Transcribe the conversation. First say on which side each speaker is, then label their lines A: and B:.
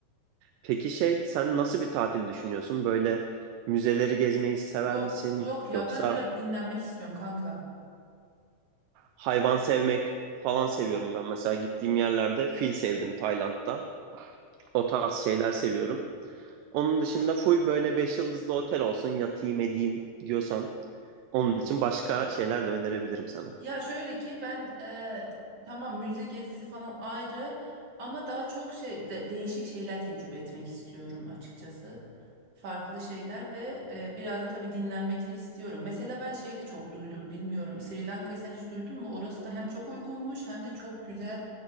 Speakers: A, on the right; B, on the right.
A: Peki şey sen nasıl bir tatil düşünüyorsun? Böyle müzeleri gezmeyi sever
B: Yok
A: misin?
B: yok ya
A: Yoksa
B: ben biraz dinlenmek istiyorum kanka.
A: hayvan sevmek falan seviyorum ben. Mesela gittiğim yerlerde fil sevdim Tayland'da. O tarz şeyler seviyorum. Onun dışında full böyle 5 yıldızlı otel olsun yatayım edeyim diyorsan onun için başka şeyler de önerebilirim sana.
B: Ya şöyle ki ben e, tamam müze gezisi falan ayrı ama daha çok şey de- değişik şeyler tecrübe etmek istiyorum açıkçası. Farklı şeyler ve e, biraz da tabii dinlenmek de istiyorum. Mesela ben şeyi de çok duydum bilmiyorum. Sri Lanka'yı sen hiç duydun mu? Orası da hem çok uygunmuş hem de çok güzel